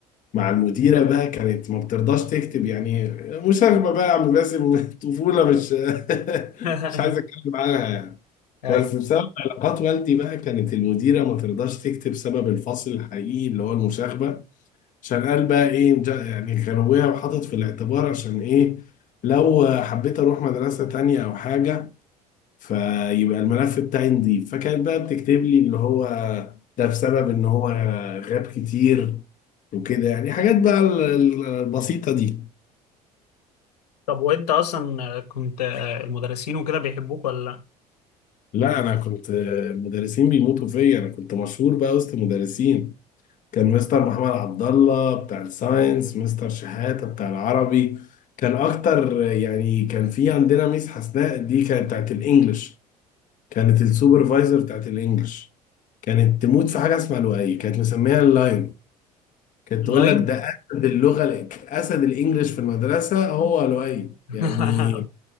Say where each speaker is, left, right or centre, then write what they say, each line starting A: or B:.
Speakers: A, on the left (about 40°); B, on the left (about 75°).
A: مع المديرة بقى كانت ما بترضاش تكتب يعني مشاغبة بقى يا عم باسم <laughs> طفولة مش <laughs>
B: <laughs>
A: مش عايز أتكلم عنها يعني
B: ايوه
A: بس بسبب علاقات والدي بقى كانت المديرة ما ترضاش تكتب سبب الفصل الحقيقي اللي هو المشاغبة عشان قال بقى ايه جا- يعني غروية وحاطط في الاعتبار عشان ايه لو حبيت اروح مدرسة تانية او حاجة فيبقى الملف بتاعي نضيف فكانت بقى بتكتب لي اللي هو ده بسبب ان هو غاب كتير وكده يعني حاجات بقى ال- ال- البسيطة دي
B: طب وانت اصلا كنت المدرسين وكده بيحبوك ولا لا؟
A: لا انا كنت مدرسين بيموتوا فيا انا كنت مشهور بقى وسط مدرسين كان مستر محمد عبد الله بتاع الساينس مستر شحاتة بتاع العربي كان اكتر يعني كان في عندنا ميس حسناء دي كانت بتاعت الانجليش كانت السوبرفايزر بتاعت الانجليش كانت تموت في حاجه اسمها لؤي كانت مسميها اللاين كانت
B: اللاين
A: تقول لك ده اسد اللغه اسد الانجليش في المدرسه هو لؤي
B: <laughs>
A: يعني